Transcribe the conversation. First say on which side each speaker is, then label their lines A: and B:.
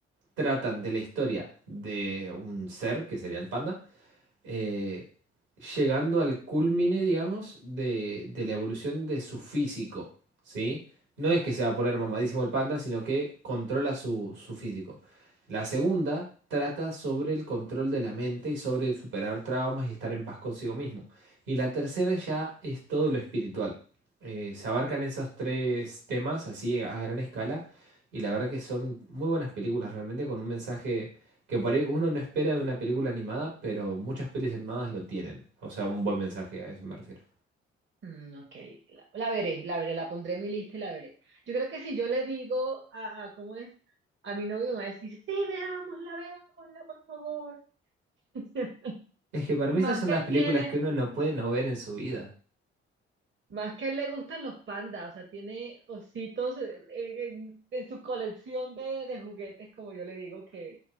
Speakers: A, on the right (about 70°); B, on the right (about 35°).
A: tratan de la historia de un ser, que sería el panda, eh, llegando al culmine, digamos, de, de la evolución de su físico, ¿sí? No es que se va a poner mamadísimo el panda, sino que controla su, su físico. La segunda trata sobre el control de la mente y sobre superar traumas y estar en paz consigo mismo. Y la tercera ya es todo lo espiritual. Eh, se abarcan esos tres temas así a gran escala y la verdad que son muy buenas películas realmente con un mensaje que por ahí uno no espera de una película animada, pero muchas pelis animadas lo tienen. O sea, un buen mensaje, a eso me refiero.
B: Mm, ok, la, la veré, la veré, la pondré en mi lista y la veré. Yo creo que si yo le digo a, a ¿cómo es? A mi novio me va a decir, sí, veámosla, veámosla, por favor. <laughs>
A: Es que para mí
B: Más
A: esas son
B: que
A: las
B: él
A: películas
B: tiene.
A: que uno no puede no ver en su vida.
B: Más que a él le gustan los pandas, o sea, tiene ositos eh, en, en su colección de, de juguetes, como yo le digo, que